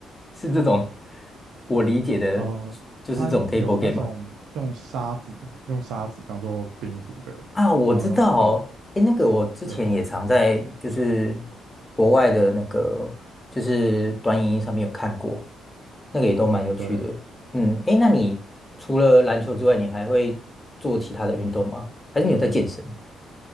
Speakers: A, on the left; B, on the right.
A: 是这种我理解的，
B: 呃，
A: 就是这种
B: 它有那种用沙子用沙子当做冰壶的，
A: table game 吗？啊，我知道，
B: 然后用推的。
A: 诶，那个我之前也常在就是
B: 对，
A: 国外的那个就是短影音上面有看过，那个也都蛮有趣的。
B: 嗯，对。
A: 嗯，诶，那你除了篮球之外，你还会做其他的运动吗？还是你有在健身？